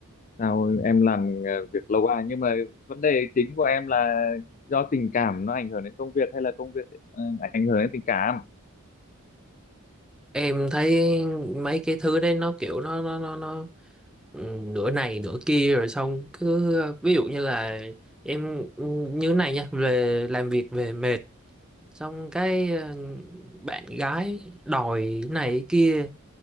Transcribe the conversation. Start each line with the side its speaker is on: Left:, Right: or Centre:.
Left: sao em làm ờ, việc lâu à nhưng mà vấn đề chính của em là do tình cảm nó ảnh hưởng đến công việc hay là công việc ờ, ảnh hưởng đến tình cảm?
Centre: Em thấy mấy cái thứ đấy nó kiểu nó nó nó nó ừ, nửa này nửa kia rồi xong cứ ví dụ như là em ừ, như này nha, về làm việc về mệt, xong cái ờ, bạn gái đòi này kia